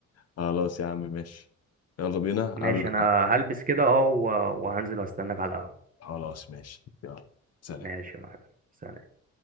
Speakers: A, on the left; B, on the right.
A: خلاص يا عم ماشي يلا بينا
B: ماشي
A: قبل
B: انا هلبس كده اه و- وهنزل واستناك على القهوة
A: خلاص ماشي يلا سلام
B: ماشي يا معلم سلام.